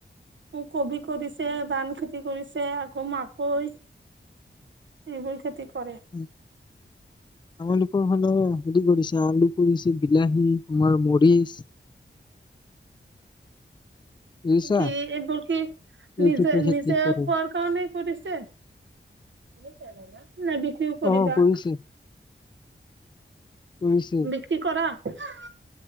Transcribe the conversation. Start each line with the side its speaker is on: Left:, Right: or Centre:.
Right: কবি কৰিছে, ধান খেতি কৰিছে, আকৌ মাকৈ, এইবোৰ খেতি কৰে
Left: উ, আমালোকৰ মানে, হেৰি কৰিছে, আলু কৰিছে, বিলাহী, তোমাৰ মৰিচ বুজিছা
Right: কি, এইবোৰ কি,
Left: এইকেইটা
Right: নিজে,
Left: খেতি
Right: নিজে
Left: খেতি কৰে
Right: খোৱাৰ কাৰণে কৰিছে নাই, বিক্ৰীও কৰিবা
Left: অ কৰিছে কৰিছে
Right: বিক্ৰী কৰা <inaudible>